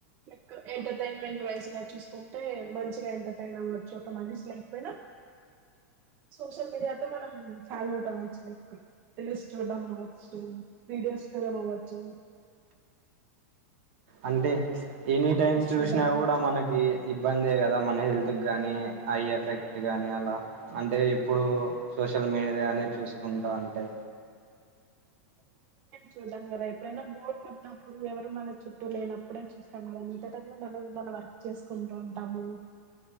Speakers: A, on the right; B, on the right.
A: లైక్ ఎంటర్టైన్మెంట్ వైజ్ గా మంచిగా ఎంటర్టైన్ అవ్వచ్చు ఒక మనిషి లేకపోయినా సోషల్ మీడియాతో మనం ఫాలో అవ్వచ్చు లైక్ రీల్స్ చూడడం అవచ్చు వీడియోస్ చూడడం అవచ్చు
B: అంటే ఎనీ టైం చూసినా
A: చూడడం అవ్వచ్చు
B: కూడా మనకి ఇబ్బందే కదా మన హెల్త్కి కానీ ఐ ఎఫెక్ట్ కానీ అలా అంటే ఎప్పుడూ సోషల్ మీడియా దగానే చూసుకుంటా అంటే
A: చూద్దాం కదా ఎప్పుడైనా బోర్ కొట్నప్పుడు ఎవరు మన చుట్టూ లేనప్పుడే చూస్తాం కదా మిగడ మనం మన వర్క్ చేసుకుంటూ ఉంటాము